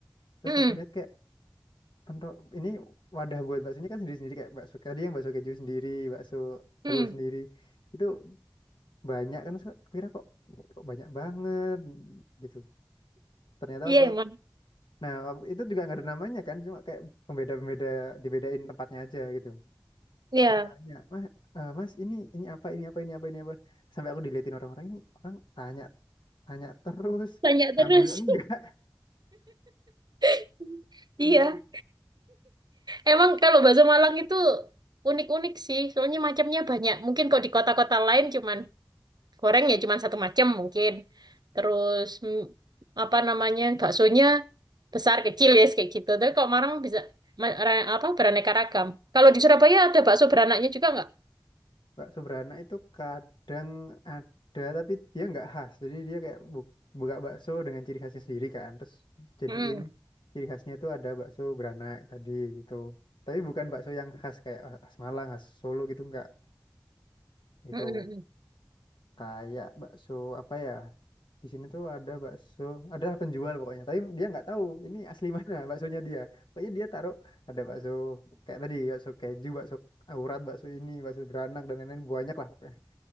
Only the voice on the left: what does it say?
terus
aku lihat kayak Pentok ini wadah buat baksonya kan sendiri-sendiri kayak bakso tadi yang bakso keju sendiri, bakso telur
sendiri. Itu banyak kan so- kira kok kok banyak banget gitu. Ternyata
waktu
nah waktu itu juga nggak ada namanya kan cuma kayak pembeda-pembeda dibedain tempatnya aja gitu.
Terus Aku tanya, "Mas, eh, Mas ini ini apa? Ini apa? Ini apa? Ini apa?" Sampai aku diliatin orang-orang ini, orang tanya tanya terus
ngambil
enggak.
<laughs> Duh.
Bakso beranak itu kadang ada tapi dia nggak khas. Jadi dia kayak bu- buka bakso dengan ciri khasnya sendiri kan. Terus jadiin
ciri khasnya itu ada bakso beranak tadi gitu. Tapi bukan bakso yang khas kayak khas Malang, khas Solo gitu nggak. Itu
kayak bakso apa ya? Di sini tuh ada bakso, ada penjual pokoknya. Tapi dia nggak tahu ini asli <laughs> mana baksonya dia. Pokoknya dia taruh ada bakso kayak tadi bakso keju, bakso aurat, bakso ini, bakso beranak dan lain-lain banyak lah. pokoknya